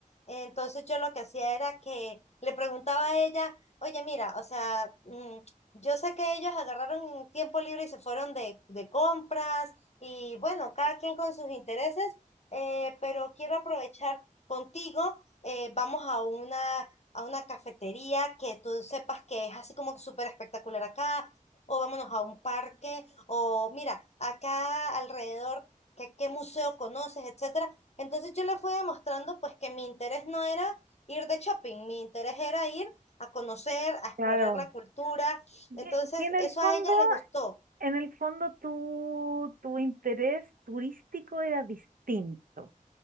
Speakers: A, on the left; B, on the right.
A: entonces yo lo que hacía era que le preguntaba a ella, oye, mira, o sea, mm, yo sé que ellos agarraron tiempo libre y se fueron de, de compras y bueno, cada quien con sus intereses, eh, pero quiero aprovechar contigo, eh, vamos a una, a una cafetería que tú sepas que es así como súper espectacular acá, o vámonos a un parque, o mira, acá alrededor, ¿qué, qué museo conoces, etcétera? Entonces yo le fui demostrando pues que mi interés no era ir de shopping, mi interés era ir a conocer, a explorar
B: Claro.
A: la cultura
B: Que,
A: entonces,
B: que en el
A: eso
B: fondo,
A: a ella le gustó,
B: en el fondo tu, tu interés turístico era distinto.